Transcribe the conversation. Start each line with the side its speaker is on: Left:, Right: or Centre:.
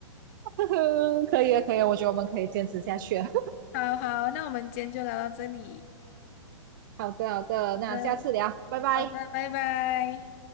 Right: <laughs> 可以啊，可以啊，我觉得我们可以坚持下去啊。
Left: 好好，那我们今天就聊到这里。
Right: 好的，好的，
Left: 好的，
Right: 那下次聊，拜拜。
Left: 好的，拜拜。